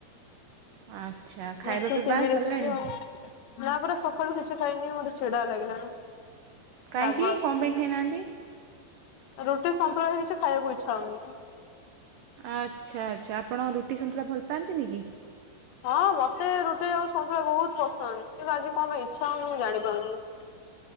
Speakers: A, on the right; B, on the left.
A: ଆଚ୍ଛା। ଖାଇବା
B: ମୁଁ ସେଇ
A: ପିଇବା
B: ଟିଭି ଦେଖୁଛି
A: ସରିଲାଣି
B: ଆଉ ନା ପରା ସକାଳୁ କିଛି ଖାଇନି ମୋତେ ଚିଡା ଲାଗିଲାଣି।
A: କାହିଁକି
B: ରାଗ ଆସୁଚି।
A: କଣ ପାଇଁ ଖାଇନାହାନ୍ତି?
B: ରୁଟି ସନ୍ତୁଳା ହେଇଛି ଖାଇବାକୁ ଇଚ୍ଛା ହଉନି।
A: ଆଚ୍ଛା ଆଚ୍ଛା। ଆପଣ ରୁଟି ସନ୍ତୁଳା ଭଲ ପାଆନ୍ତିନି କି।
B: ହଁ ମତେ ରୁଟି ଆଉ ସନ୍ତୁଳା ବହୁତ ପସନ୍ଦ। କିନ୍ତୁ, ଆଜି କଣ ପାଇଁ ଇଚ୍ଛା ହଉନି ମୁଁ ଜାଣିପାରୁନି? <unintelligible>